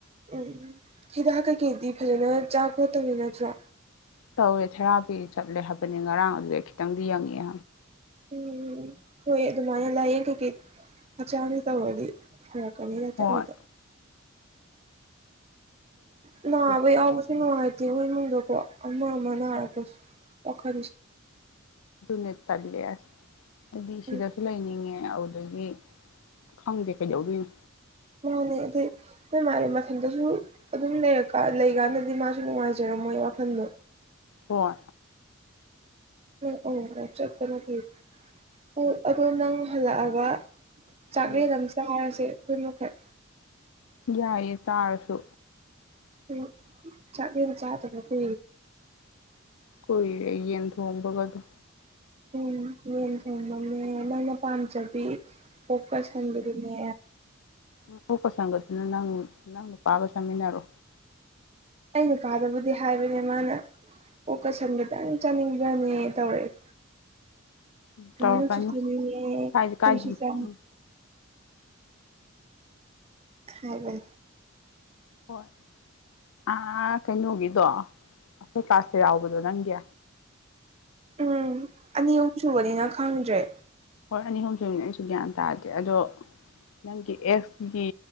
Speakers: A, on the right; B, on the left.
A: ꯎꯝ ꯎꯝ ꯍꯤꯗꯥꯛ ꯀꯩꯀꯩꯗꯤ ꯐꯖꯅ ꯆꯥ ꯈꯣꯠꯇꯕꯅꯤ ꯅꯠꯇ꯭ꯔꯣ
B: ꯇꯧꯋꯦ ꯊꯦꯔꯥꯄꯤ ꯆꯠꯂꯦ ꯍꯥꯏꯕꯅꯤ ꯉꯔꯥꯡ ꯑꯗꯨꯗ ꯈꯤꯇꯪꯗꯤ ꯌꯦꯡꯉꯦ
A: ꯎꯝ ꯍꯣꯏ ꯑꯗꯨꯃꯥꯏꯅ ꯂꯥꯏꯌꯦꯡ ꯀꯩꯀꯩ ꯍꯛꯆꯥꯥꯡꯅ ꯇꯧꯔꯗꯤ ꯀꯩꯅꯗ
B: ꯍꯣꯏ
A: ꯃꯤꯗ ꯑ ꯅꯥꯕ
B: ꯑꯗꯨ
A: ꯌꯥꯎꯕꯁꯨ ꯅꯨꯡꯉꯥꯏꯇꯦꯕꯣꯏꯃꯨꯡꯗꯀꯣ ꯑꯃ ꯑꯃ ꯅꯥꯔꯛꯄꯁꯨ
B: ꯎꯝ
A: ꯑꯣꯈ
B: ꯅ ꯇꯥꯕꯤ ꯂꯩꯁ ꯑꯗꯨꯗꯤ
A: ꯎꯝ
B: ꯁꯤꯗꯥꯁꯨ ꯂꯩꯥꯏꯅꯤꯡꯉꯦ ꯑꯗꯨꯗꯒꯤ ꯈꯪꯗꯦ ꯀꯩꯖꯧꯗꯅ
A: ꯃꯥꯅꯦ ꯑꯗꯨꯗꯩ ꯅꯣꯏ ꯃꯥꯅꯤ ꯃꯊꯟꯗꯁꯨ ꯑꯗꯨꯝ ꯂꯩꯀꯥꯟ ꯂꯩꯀꯥꯟꯗꯗꯤ ꯃꯥꯁꯨ ꯅꯨꯡꯉꯥꯏꯖꯔꯝꯃꯣ ꯋꯥꯈꯟꯗ
B: ꯍ
A: ꯅꯪ ꯑ ꯆꯠꯇꯅ ꯀꯩ ꯑꯣ ꯑꯗꯣ ꯅꯪ ꯍꯜꯂꯛꯑꯒ ꯆꯥꯛꯂꯦ
B: ꯎꯝ
A: ꯂꯝ ꯆꯥꯔꯁꯦ ꯑꯩꯈꯣꯏ ꯃꯈꯩ
B: ꯌꯥꯏꯌꯦ ꯇꯥꯔꯁꯨ
A: ꯎꯝ ꯆꯠꯒ ꯆ ꯑꯗꯨ ꯀ
B: ꯀꯣꯏ ꯑꯏ ꯊꯣꯡꯕꯒꯗ
A: ꯎꯝ ꯌꯦꯟ ꯊꯣꯡꯕꯅꯦ ꯅꯪꯅ ꯄꯥꯝꯖꯕꯤ ꯐꯣꯛꯀꯁ ꯍꯣꯟꯕꯗꯨꯅꯦ
B: ꯎ ꯑꯣꯀ ꯁꯒꯁꯤꯅ ꯅꯪ ꯅꯪꯅ ꯄꯥꯒ ꯆꯃꯤꯟꯅꯔꯣ
A: ꯑ ꯅꯨꯄꯥꯗꯕꯨꯗꯤ ꯍꯥꯏꯕꯅꯦ ꯃꯥꯅ ꯑꯣ ꯀꯁꯟ ꯦꯗꯪ ꯆꯥꯅꯤꯡꯕ꯭ꯔꯅꯦ ꯇꯧꯔꯛ
B: ꯇꯧꯔꯛꯀꯅꯤ
A: ꯂꯨ ꯆꯀꯦ
B: ꯀꯥꯏꯗꯤ ꯀꯥꯏꯗꯦ
A: ꯈꯨꯣꯏꯁꯤ ꯆꯦ
B: ꯎꯝ
A: ꯍ
B: ꯍꯣꯏ ꯑ ꯀꯩꯅꯣꯒꯤꯗꯣ ꯑꯩꯈꯣꯏ ꯀ꯭ꯂꯥꯁꯇ ꯌꯥꯎꯕꯗꯣ ꯅꯪꯒꯤ
A: ꯎꯝ ꯑꯅꯤ ꯑꯍꯨꯝ ꯁꯨꯕꯅꯤꯅ ꯈꯪꯗ꯭ꯔꯦ
B: ꯍ ꯑꯅꯤ ꯑꯨꯝꯗꯣꯏꯅ ꯑꯩꯁꯨ ꯒ꯭ꯌꯥꯟ ꯇꯥꯗꯦ ꯑꯗꯣ ꯅꯪꯒꯤ ꯑꯦꯛꯁꯒꯤ